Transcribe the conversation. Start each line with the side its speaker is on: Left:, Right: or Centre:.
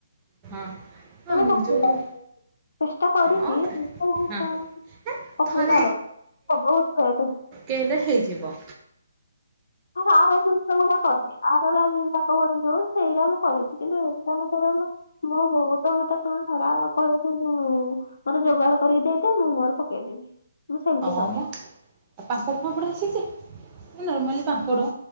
Right: ହଁ
Left: କେବେ ପକେଇ
Right: ଯୋଉ
Left: ଚେଷ୍ଟା କରିଛି
Right: ହଁ
Left: ପକେଇ
Right: ହଁ ଥରେ
Left: ପାରେନି ବହୁତ୍
Right: କେନେ ହେଇଯିବ।
Left: ଆ ଆର ଜିନିଷ ମ କରିନି ଆର ଜି ଯଉ ସେଇଟା ମୁଁ କରିଛି କିନ୍ତୁ ସେଇରା ବେ ମଁ ହଉ ତ ମତେ ଧରା କହିବ <inaudible> ମତେ ଯୋଗାଡ଼ କରିକି ଦେଇଦେ ମୁଁ ମୋର ପକେଇଦେବି। ମୁଁ ସେମିତି
Right: ହଁମ।
Left: କରେ
Right: ଆଉ ପାମ୍ପଡ଼ ଫାମ୍ପଡ଼ ଆସିଛି ନର୍ମାଲି ପାମ୍ପଡ଼